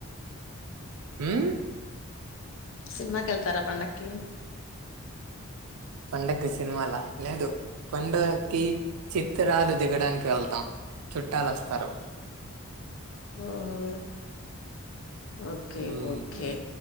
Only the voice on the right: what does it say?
ఊమ్
పండకి సినిమాల లేదు పండుగకి చిత్రాలు దిగడానికి వేళ్తాం చుట్టాలు అస్తారు
um